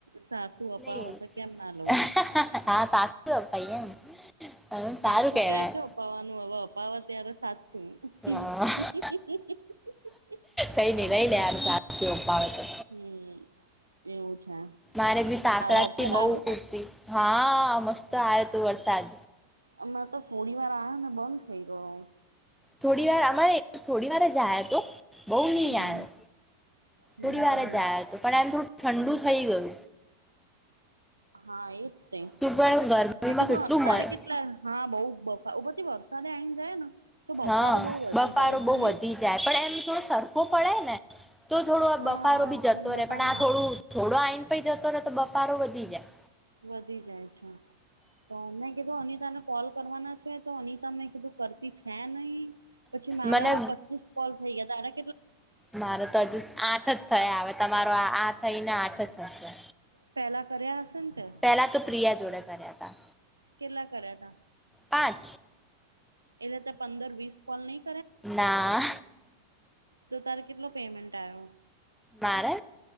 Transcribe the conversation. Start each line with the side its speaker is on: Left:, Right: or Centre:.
Right: સાસુ
Centre: નહી
Right: અપાવો તો કેમ ના લવું
Centre: હા સાસું અપાવે ભાઈ એમ હ
Right: સાસુ
Centre: સારું કેવાય
Right: કે છે. અપાવાનું હવે અપાવે ત્યારે સાચુ <unintelligible>
Centre: હા કઈ નઈ લઈ લે સાસુ અપાવે તો
Right: હમ એવું છે.
Centre: મારે બી સાસરા
Right: વરસાદ
Centre: થી બહુ
Right: આવ્યો તો
Centre: પૂરતી હા મસ્ત આવ્યો હતો વરસાદ
Right: હમણાં તો થોડી વાર આવ્યો ને બંધ થઇ ગયો હ
Centre: થોડી વાર અમારે થોડી વાર જાય તો બહુ નહી
Right: હમ
Centre: આવ્યો
Right: હમ
Centre: થોડી વાર જ આવ્યો હતો પણ આમ થોડું ઠંડુ થઈ ગયું
Right: હા એ તે
Centre: તું પણ ગરમીમાં
Right: મેં કીધું
Centre: કેટલું
Right: તારે
Centre: મળે
Right: કેટલા હા બહુ થી વરસાદે આવીને જાય ને તો બફારો
Centre: હા
Right: બહુ વધી
Centre: બફારો
Right: જાય છે
Centre: બહુ
Right: નહી
Centre: વધી જાય પણ એમ થોડો સરખો પડે ને તો થોડો આ
Right: હા
Centre: બફારો ભી
Right: ઠંડક
Centre: જતો રહેે પણ
Right: આમ
Centre: આ થોડું થોડો આઈન પ જતો રહેે તો બફારો વધી જાય
Right: વધી જાય છે. તો મેં કીધું અ તને કોલ કરવાના છે. તો અનિતા મને કીધું કરતી છે. નહીં પછી મારા
Centre: મને
Right: પચીસ પોલ થઈ ગયા તા અને
Centre: મારે તો હજુ આઠ જ થયા આવે તમારો આ આ થઈ ને આઠ થશે
Right: પહેલા કર્યા ને તે
Centre: પેલા તો પ્રિયા જોડે કર્યા હતા
Right: કેટલા કર્યા તા
Centre: પાંચ
Right: એલે તો પંદર વીસ કોલની
Centre: ના
Right: તો તારે કેટલો પેમેન્ટ આવ્યો
Centre: મારે